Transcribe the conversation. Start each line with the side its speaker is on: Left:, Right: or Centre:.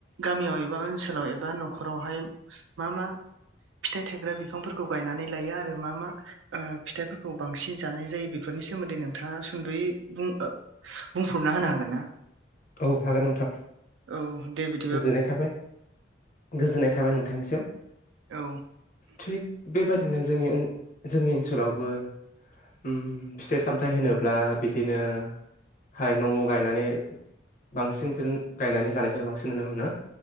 Right: गामियाव एबा ओनसोलाव एबा न'खरावहाय मा मा? फिथाइ थाइग्रा बिफांफोरखौ गायनानै लायो आरो मा मा, ओ फिथाइफोरखौ बांसिन जानाय जायो बेफोरनि सोमोन्दै नोंथाङा सुद'यै बुं बुंफुरना होनो हागोन ना?
Left: औ हागोन नोंथां
Right: औ दे बिद,
Left: गोजोननाय थाबाय गोजोननाय थाबाय नोंथांनिसिम
Right: औ
Left: थिग बे बायदिनो जों जोंनि ओनसोलावबो उम फिथाइ सामथाय होनोब्ला बिदिनो, हाय न'आव गायनानै बांसिनखौ गायनानै जानायखौ बांसिन नुनो मोना